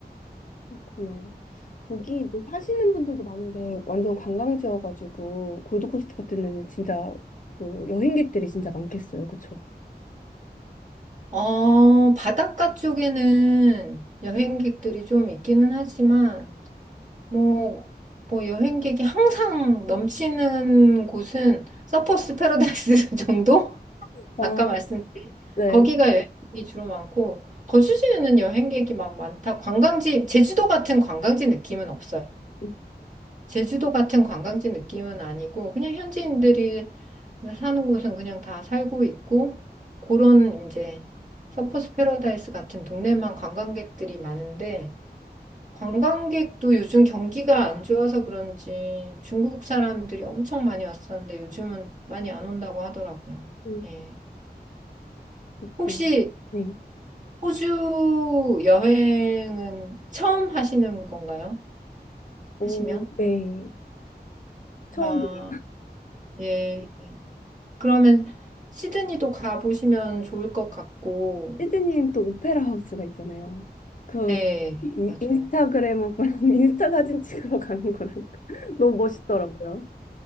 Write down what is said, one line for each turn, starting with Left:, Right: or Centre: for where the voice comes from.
Left: 그렇구나. 거기 이제 사시는 분들도 많은데 완전 관광지여가지고 골드코스트 같은 데는 진짜 그 여행객들이 진짜 많겠어요. 그쵸?
Right: 어, 바닷가 쪽에는 여행객들이 좀 있기는 하지만, 뭐, 뭐 여행객이 항상 넘치는 곳은 서퍼스 패러다이스 <laughs> 정도?
Left: 아,
Right: 아까 말씀드린
Left: 네.
Right: 거기가 여행객이 주로 많고, 거주지는 여행객이 막 많다. 관광지, 제주도 같은 관광지 느낌은 없어요.
Left: 음,
Right: 제주도 같은 관광지 느낌은 아니고 그냥 현지인들이 사는 곳은 그냥 다 살고 있고 그런 이제 서퍼스 패러다이스 같은 동네만 관광객들이 많은데 관광객도 요즘 경기가 안 좋아서 그런지 중국 사람들이 엄청 많이 왔었는데 요즘은 많이 안 온다고 하더라고요.
Left: 음,
Right: 예.
Left: 음.
Right: 혹시
Left: 네.
Right: 호주 여행은 처음 하시는 건가요?
Left: 오,
Right: 하시면?
Left: 네. 처음에
Right: 아, 예, 그러면 시드니도 가보시면 좋을 것 같고,
Left: 시드니엔 또 오페라 하우스가 있잖아요. 그
Right: 네,
Left: 인-
Right: 맞아요.
Left: 인스타그래머 분 <laughs> 인스타 사진 찍으러 가는 거라니까 <laughs> 너무 멋있더라고요.